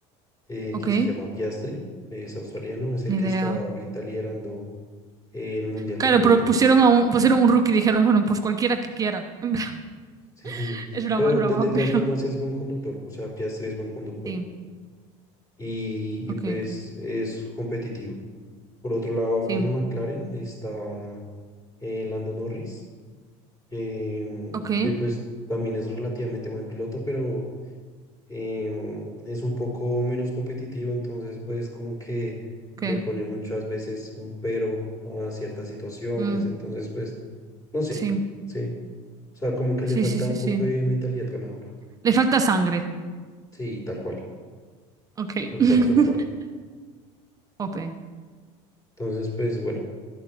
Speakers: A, on the left; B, on the right.
A: eh,
B: Ok,
A: que se llama Piastri, es australiano, es el
B: ni
A: que
B: idea.
A: está ahorita liderando eh, el Mundial
B: Claro,
A: de Pilotos
B: pero pusieron a un, pusieron un rookie y dijeron, bueno, pues cualquiera que quiera. <laughs>
A: Sí,
B: En plan, Es broma,
A: pero
B: es broma,
A: de, de todas
B: pero.
A: formas es buen conductor, o sea, Piastri es buen conductor
B: Sí.
A: y,
B: Ok,
A: y pues
B: ok.
A: es competitivo. Por otro lado,
B: Sí.
A: en McLaren está eh, Lando Norris, em,
B: Ok.
A: que pues también es relativamente buen piloto, pero em, es un poco menos competitivo, entonces pues como que
B: Ok.
A: le pone muchas veces un pero a ciertas situaciones,
B: Mm,
A: entonces pues no sé,
B: Sí.
A: sí, o sea, como que
B: Sí,
A: le falta
B: sí, sí,
A: un
B: sí.
A: poco de mentalidad ganadora,
B: Le falta sangre.
A: sí, tal cual.
B: Ok.
A: Tal
B: <laughs>
A: cual, tal cual.
B: OP.
A: Entonces, pues bueno.